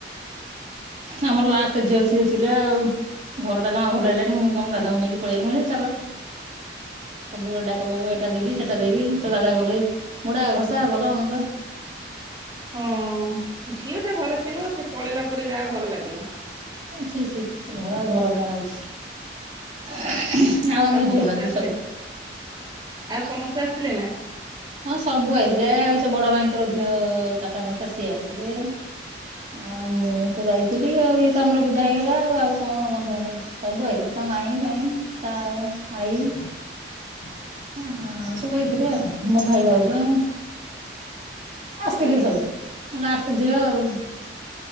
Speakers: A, on the right; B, on the right.
A: ଆମର ଲାଷ୍ଟ ଝିଅ ସିଏ ଥିଲା ଆଉ ଘରଟା ଜମା ଭଲ ହେଇଲାନି ମୁଁ ଦାଦାଙ୍କୁ ନେଇକି ପଳେଇଲି। ଚାଲ ସବୁବେଳେ କ କହ ଏଟା ଦେବି ସେଟା ଦେବି। ଦାଦା କଲେ ମୁୁଡା ଘସା ଭଲ ମନ୍ଦ।
B: ହଁ ଝିଅ ଟା ଘରେ ଥିବ ସେ ପଳେଇଲା ପରେ ଯାହା ଘର ଲାଗିବ।
A: ଛି ଛି ସେ ଘର ଆଉ ଘର ଭଳିଆ ଲାଗୁଛି। <unintelligible> ଆଉ ଆମର
B: ସମସ୍ତେ
A: ଝିଅ ନାହାନ୍ତି
B: ଆସିଲେ
A: ସଇଲ।
B: ଆଉ ସମସ୍ତେ ଆସିଥିଲେ ନା।
A: ହଁ ସବୁ ଆଇଥିଲେ ସେ ବଡ ଭାଇଙ୍କର ଝିଅ ଚାରିଟା ପାଞ୍ଚଟା ସିଏ ଆଇଥିଲେ। ଆଉ ମୁଁ ତ ଯାଇଥିଲି ଆଉ ଇଏ ତ ଆମର ବିଦା ହେଇଗଲା ଆଉ କଣ ବନ୍ଧୁବାନ୍ଧବ ସବୁ ଆଇଥିଲେ ତା ମାଇଁ ଫାଇଁ ତା ଆଇ ତା ଆଇ। ହ ଆଉ ସବୁଆଇଥିଲେ ଆଉ। ମୋ ଭାଇ ଭାଉଜ। ଆସିଥିଲି
B: ଆଜ୍ଞା
A: ସବୁ ଲାଷ୍ଟ ଝିଅ ଆଉ।